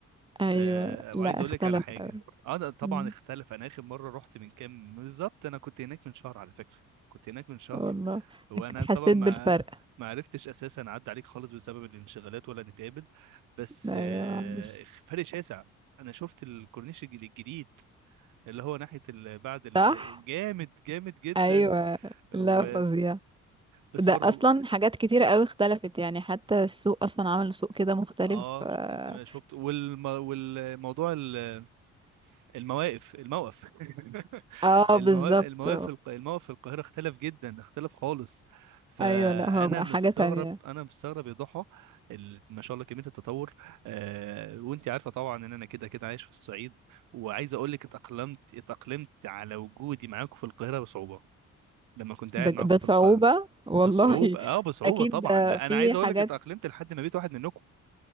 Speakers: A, on the right; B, on the right.
A: ايوه
B: آه
A: لا
B: وعايز اقول
A: اختلف
B: لك على حاجة
A: قوي
B: انا طبعا
A: مم.
B: اختلف انا اخر مرة رحت من كام بالظبط انا كنت هناك من شهر على فكرة كنت هناك من شهر
A: والله
B: وانا
A: اكيد حسيت
B: طبعا ما
A: بالفرق
B: ما عرفتش اساسا اعدي عليك خالص بسبب الانشغالات ولا نتقابل بس
A: ايوه
B: آه
A: مش
B: فرق شاسع انا شفت الكورنيش الجديد اللي هو ناحية ال... بعد ال...
A: صح
B: جامد جامد جدا
A: ايوه لا
B: و...
A: فظيع
B: بس
A: ده
B: برضو
A: اصلا حاجات كتيرة قوي اختلفت يعني حتى السوق اصلا عمل سوق كده مختلف
B: اه
A: اه
B: سم- شفت والم... والموضوع ال- المواقف الموقف <laughs>
A: اه،
B: الموا...
A: بالظبط
B: المواقف الق- الموقف في القاهرة اختلف جدا اختلف خالص فانا
A: ايوه لا هو بقى
B: مستغرب
A: حاجة تانية
B: انا مستغرب يا ضحى ال- ما شاء الله كمية التطور آه وانت عارفة طبعا ان انا كده كده عايش في الصعيد وعايز اقول لك اتأقلمت اتأقلمت على وجودي معاكم في القاهرة بصعوبة لما كنت
A: ب-
B: قاعد معاكم
A: بصعوبة
B: في القاهرة
A: والله
B: بصعوبة اه
A: <laughs>
B: بصعوبة
A: أكيد
B: طبعا لا
A: في
B: انا عايز
A: حاجات
B: اقول لك اتأقلمت لحد ما بقيت واحد منكم